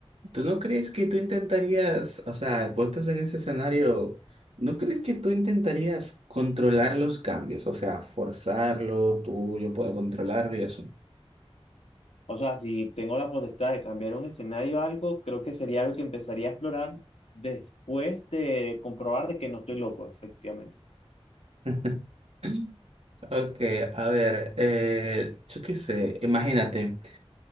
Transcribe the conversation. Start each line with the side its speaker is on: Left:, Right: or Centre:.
Right: ¿Tú no crees que tú intentarías, o sea, puestos en ese escenario, ¿no crees que tú intentarías controlar los cambios? O sea, forzarlo, tú, yo puedo controlarlo y eso.
Left: O sea, si tengo la potestad de cambiar un escenario o algo, creo que sería algo que empezaría a explorar después de comprobar de que no estoy loco, efectivamente.
Right: <laughs> Ok, a ver, eh, yo qué sé, imagínate.